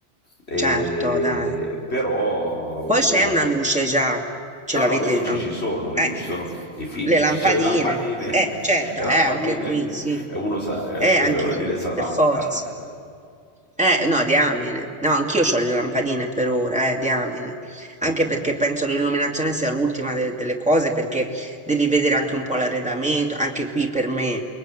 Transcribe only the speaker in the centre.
certo, dai.
Poi c'è
una luce già, ce
l'avete
ancora.
Eh,
le
lampadine.
Eh, certo,
eh, anche qui, sì.
Eh,
anche
per forza. Eh, no, diamine. No, anch'io ho le lampadine per ora, eh, diamine. Anche
perché penso l'illuminazione sia l'ultima de- delle cose, perché devi vedere anche un po' l'arredamento, anche qui per me.